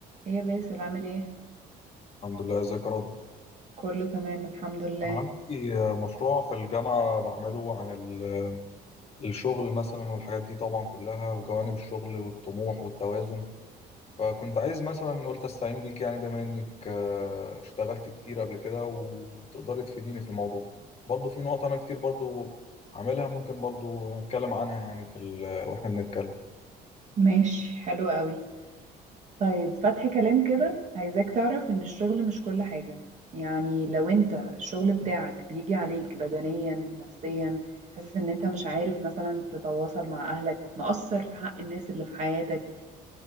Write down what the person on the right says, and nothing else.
ايه يا باسل عامل ايه
كله تمام الحمد لله
ماشي حلو قوي طيب فتح كلام كده عايزاك تعرف ان الشغل مش كل حاجة يعني لو انت الشغل بتاعك بيجي عليك بدنيا نفسيا حاسس ان انت مش عارف مثلا تتواصل مع اهلك مقصر في حق الناس اللي في حياتك